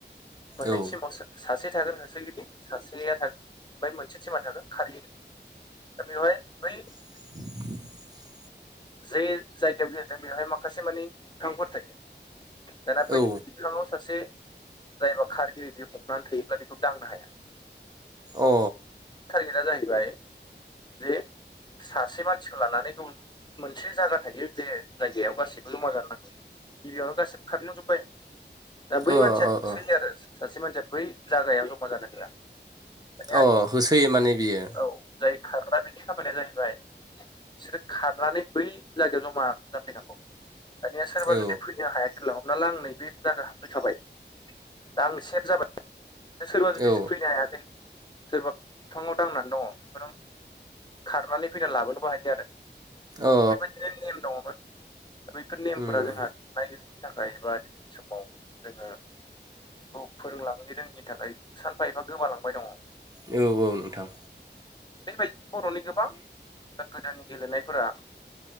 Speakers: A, on the left; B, on the right.
A: मोननै
B: औ
A: टिमाव सासे थागोन <unintelligible> सासेया थागोन ओमफ्राय मोनसे टिमा <unintelligible> खारगिरि दा बेवहाय बै
B: <inaudible>
A: जे जायगायाव गेलेदों बेवहाय माखासे माने बिफांफोर थायो दाना बै
B: औ
A: हालामाव सासे जायबा खारगिरि बि हमनानै थायोब्ला बेखौ दांनो हाया
B: अ
A: थारगेदा जाहैबाय जे सासे मानसिखौ लानानै गुबुन मोनसे जायगा थायो जे जायगायाव गासिबो जमा जानो नांगौ गिबियावनो गासिबो खारलांजोब्बाय दा बै
B: अ
A: मानसिया होसोयो
B: अ अ
A: आरो सासे मानसिया बै जागायाव जमा जानो होआ दानिया
B: अ होसोयो माने बियो
A: औ जाय खारग्रा बेनि खामानिया जाहैबाय बिसोरो खारनानै बै जगायाव जमा जाफैनांगौ दानिया सोरबा
B: औ
A: जुदि फैनो हायाखैब्ला हमना ला आं नैबे जायगा हाबबाय खाबाय दा आं सेभ जाबाय सोरबा जुदि
B: औ
A: फैनो हायाखै सोरबा बिफाङाव दांनानै दङ बिफोराव खारनानै फैनानै लाबोनोबो हायो आरो
B: अ
A: बेबायदिनो नेम दङमोन दा बैफोर नेमफोरा
B: उम
A: जोंहा नायगिरनायनि थाखाय एबा दिनैनि समाव जोङो बेखौ फोरोंलांनो रोङि नि थाखाय सानफा एफा गोमालांबाय दङ
B: नोंगौ औ नोंथां
A: बेबायदि बर'नि गोबां गोदोनि गेलेनायफोरा